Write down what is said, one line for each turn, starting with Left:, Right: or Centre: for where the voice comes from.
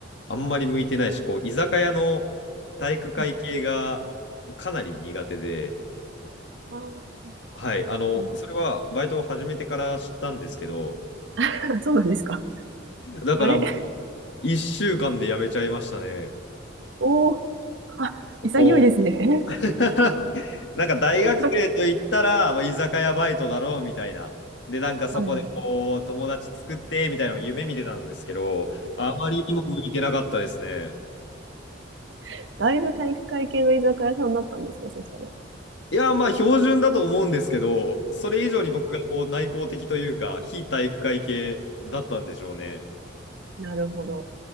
Left: あんまり向いてないし、こう、居酒屋の体育会系が
Right: うん、
Left: かなり苦手で、
Right: あー
Left: はい、あの、
Right: うん
Left: それはバイトを始めてから知ったんですけど、
Right: <laughs> そうなんですか
Left: だから
Right: あれ
Left: 1週間で辞めちゃいましたね。
Right: <laughs> おー、あ、
Left: こう、
Right: 潔いですね。
Left: <laughs> なんか大学生と言ったら、
Right: <laughs>
Left: まあ、居酒屋バイトだろうみたいな。で、なんかそこでこう、
Right: はいはい。
Left: 友達作ってみたいなのを夢見てたんですけど、あまりにも向いてなかったですね。
Right: <laughs> だいぶ体育会系の居酒屋さんだったんですか、そしたら。
Left: いや、まあ、標準だと思うんですけど、それ以上に僕がこう内向的というか、非体育会系だったんでしょうね。
Right: なるほど。